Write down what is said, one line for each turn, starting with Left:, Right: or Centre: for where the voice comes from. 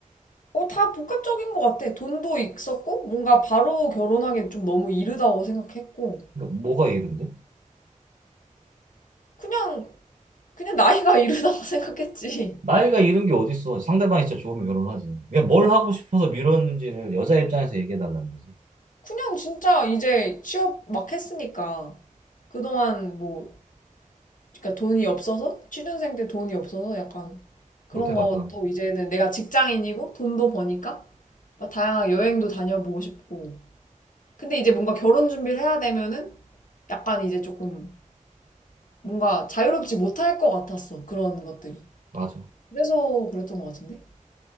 Left: 어, 다 복합적인 것 같아. 돈도 있었고, 뭔가 바로 결혼하기엔 좀 너무 이르다고 생각했고,
Right: 그러니까 뭐가 이른데?
Left: 그냥, 그냥 나이가 <laughs> 이르다고 생각했지.
Right: 나이가 이른 게 어딨어. 상대방이 진짜 좋으면 결혼하지. 그냥 뭘 하고 싶어서 미뤘는지를 여자 입장에서 얘기해달라는 거지.
Left: 그냥 진짜 이제 취업 막 했으니까. 그동안 뭐, 그러니까 돈이 없어서? 취준생 때 돈이 없어서 약간 그런
Right: 못해봤던,
Left: 것도 이제는 내가 직장인이고 돈도 버니까 막 다양한 여행도 다녀보고 싶고. 근데 이제 뭔가 결혼 준비를 해야 되면은 약간 이제 조금 뭔가 자유롭지 못할 것 같았어. 그런 것들이.
Right: 맞아.
Left: 그래서 그랬던 것 같은데?